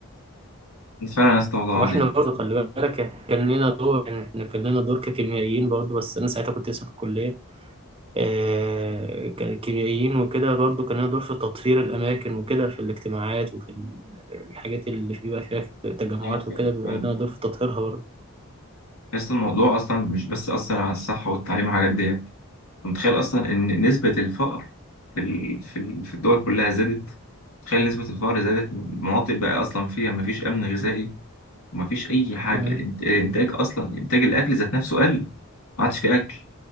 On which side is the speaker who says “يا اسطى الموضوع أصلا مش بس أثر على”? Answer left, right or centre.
Left